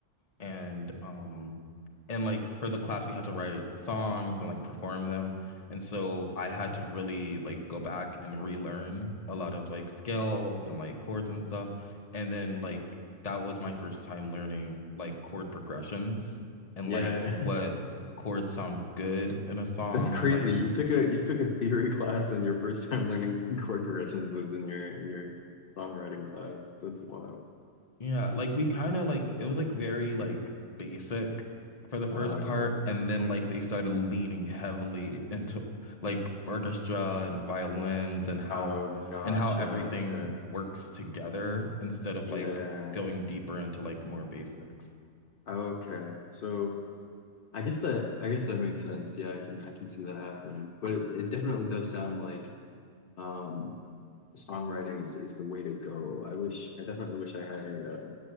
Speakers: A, on the left (about 30°); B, on the left (about 65°).
A: and um and like for the class we had to write songs and like perform them and so i had to really like go back and relearn a lot of like scales and like chords and stuff and then like that was my first time learning like chord progressions and
B: Yeah.
A: like what chords sound good in a
B: <laughs>
A: song
B: That's crazy.
A: and like
B: You took a you took a theory class and your first time learning <laughs> chord progressions was in your your songwriting class. That's wild.
A: Yeah, like we kind of like it was like very like basic for the first
B: Oh, okay.
A: part, and then like they started leaning heavily into like orchestra and violins and how
B: Oh, gotcha.
A: and how everything
B: Okay.
A: works together instead of
B: Yeah.
A: like going deeper into like more basics.
B: Okay. So I guess that I guess that makes sense. Yeah, I can I can see that happening. But it, it definitely does sound like um songwriting is, is the way to go. I wish I definitely wish I had a uh,